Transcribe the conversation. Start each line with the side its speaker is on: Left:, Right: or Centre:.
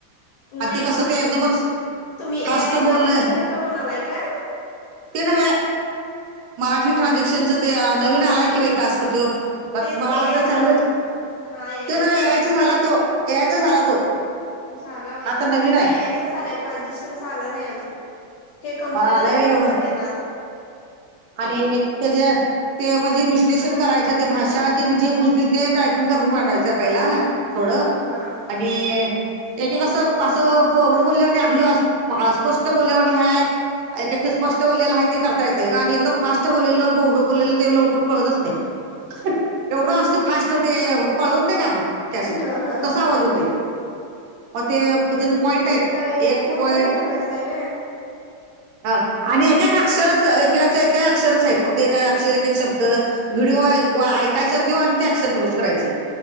Right: आणि
Left: नाही
Right: ते कसं
Left: मला
Right: ते एकदमच
Left: तुम्ही
Right: फास्ट
Left: ए आय ट्रान्झेक्शनच
Right: बोललय
Left: म्हणालाय काय?
Right: ते नवा मराठी ट्रानझॅक्शनच ते नवीन आलाय कि बाईटस्क तो
Left: तेच
Right: मला
Left: ए
Right: आ
Left: आयच
Right: चालूच
Left: हा ए आयच
Right: तो नव यायचा
Left: आहे ते.
Right: झाला तो यायचा झाला तो
Left: झाला बाय
Right: आता
Left: मग
Right: नवीन
Left: मला
Right: आहे
Left: ते एआयचच आलंय ट्रान्झेक्शन आलं नाही अजून हे कम्प्लीट
Right: मला आलाय
Left: झाल्यानंतर
Right: बे एवढं
Left: येणार
Right: आणि म त्याच्या ते म्हणजे विश्लेषण करायचं ते भाषा जेने जे बोलतील ते टायपिंग करून पाठवायचं आहे पहिला थोडं
Left: हा
Right: आणि एके कस पासवडं बोलले अस्पष्ट बोलल्या आणि ह एक स्पष्ट बोललेला आहे ते करता येत ग आणि फास्ट बोललेलं बोडं बलेलं ते लवकर कळतच नाही एवढं अस फास्ट तर ते पळवत नाही का आपण कॅसेट
Left: हा हा
Right: तसा आवाज यतोय मग ते त्यात पॉइंट आहेत
Left: ते टाय
Right: एक
Left: पूर्ण
Right: पॉइंट
Left: हे करायचंय व्हय.
Right: ह आणि एकेका अक्षरच एककाच अक्षरच आहेत फक्त अक्षर एक शब्द व्हिडिओ ऐकायच तो आणि ते अक्षर दुरुस् करायचं